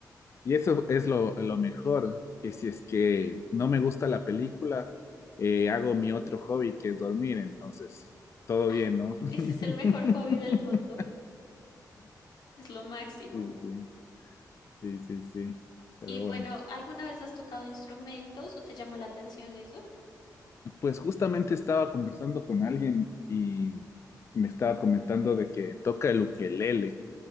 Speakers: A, on the left; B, on the left.
A: y eso es lo, lo mejor, que si es que no me gusta la película, eh, hago mi otro hobby, que es dormir, entonces, todo
B: Ay,
A: bien, ¿no? <laughs>
B: ese es el mejor hobby del mundo. Es lo máximo.
A: Sí, sí. Sí, sí, sí. Pero
B: Y bueno,
A: bueno,
B: ¿alguna vez has tocado instrumentos o te llama la atención eso?
A: pues justamente estaba conversando con alguien y me estaba comentando de que toca el ukelele.